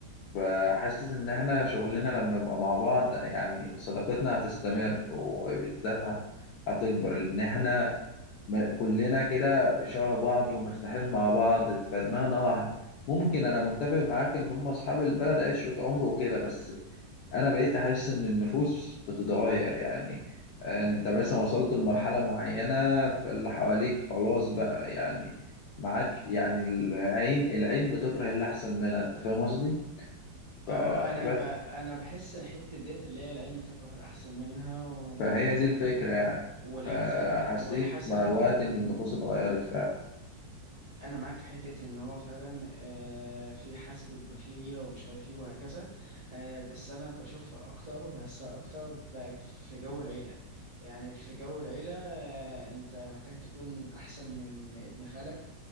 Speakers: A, on the left; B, on the right.
A: فحاسس ان احنا شغلنا لما يبقى مع بعض يعني صداقتنا هتستمر وبالذات هت- هتكبر لان احنا م- كلنا كده شبه بعض ومرتاحين مع بعض فدماغنا واحدة ممكن انا متفق معاك ان هم اصحاب البلد عشرة عمر وكده بس انا بقيت احس ان النفوس بتتغير يعني انت مثلا وصلت لمرحلة معينة فاللي حواليك خلاص بقى يعني ما عادش يعني العين العين بتكره اللي احسن منها انت فاهم قصدي فبس
B: اه انا ب... انا بحس الحته ديت اللي هي العين بتكره الاحسن منها والحسد
A: فهي دي الفكرة يعني
B: والحسد
A: فحسيت
B: والحسد
A: مع الوقت ان النفوس اتغيرت فعلا
B: انا معاك في حته ان هو فعلا آه، في حسد وبيبقى في غيره ومش عارف ايه وهكذا آه، بس انا بشوفها اكتر وبحسها اكتر بقى في جو العيله يعني في جو العيله آه، انت محتاج تكون احسن من ابن خالك